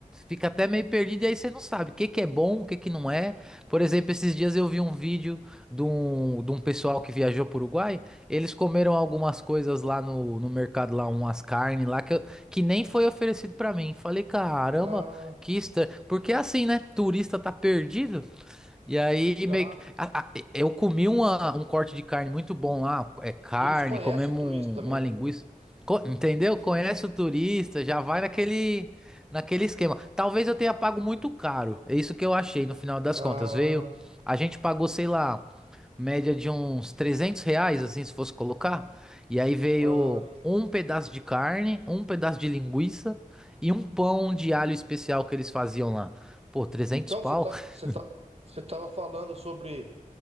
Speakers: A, in the centre; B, on the right (about 45°).
A: Fica até meio perdido e aí você não sabe o que que é bom, o que que não é. Por exemplo, esses dias eu vi um vídeo de um, de um pessoal que viajou para o Uruguai. Eles comeram algumas coisas lá no, no mercado, lá umas carnes lá que, eu- que nem foi oferecido para mim. Falei, caramba,
B: Ah,
A: que estranho. Porque é assim, né? Turista tá perdido. E aí,
B: ah,
A: meio que- a- a- eu comi uma- um corte de carne muito bom lá. É carne,
B: E eles conhecem
A: comemos
B: o turista
A: um-
B: também,
A: uma
B: né?
A: linguiça. Co- entendeu? Conhece o turista, já vai naquele, naquele esquema. Talvez eu tenha pago muito caro. É isso que eu achei no final das
B: Ah,
A: contas. Veio, a gente pagou, sei lá, média de uns 300 reais, assim, se fosse colocar. E aí veio
B: ah,
A: um pedaço de carne, um pedaço de linguiça e um pão de alho especial que eles faziam lá. Pô, 300
B: então
A: pau?
B: você tá, você
A: <laughs>
B: tá, você tava falando sobre